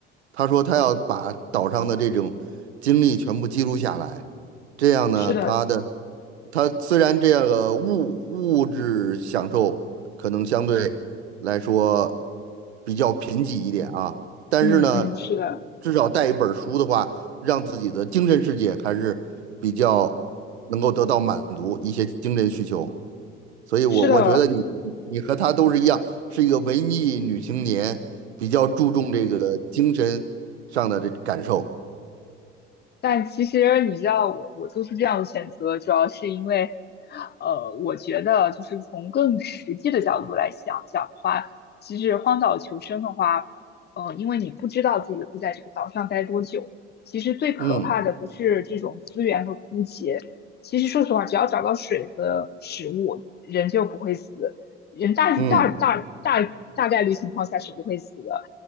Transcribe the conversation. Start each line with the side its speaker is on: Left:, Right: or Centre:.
Right: 他说他要把岛上的这种经历全部记录下来，这样呢，
Left: 是的，
Right: 他的他虽然这个物物质享受可能相对来说比较贫瘠一点啊，但是呢，
Left: 嗯嗯，是的，
Right: 至少带一本儿书的话，让自己的精神世界还是比较能够得到满足一些精神需求。所以我我觉得你你和她都是一样，
Left: 是的，
Right: 是一个文艺女青年，比较注重这个精神上的这感受。
Left: 但其实你知道我，我做出这样的选择，主要是因为，呃，我觉得就是从更实际的角度来想讲的话，其实荒岛求生的话，呃，因为你不知道自己会在这个岛上待多久，其实最可怕的不是这种资源和枯竭，
Right: 嗯
Left: 其实说实话，只要找到水和食物，人就不会死，人大大大大大概率情况下是不会死的。
Right: 嗯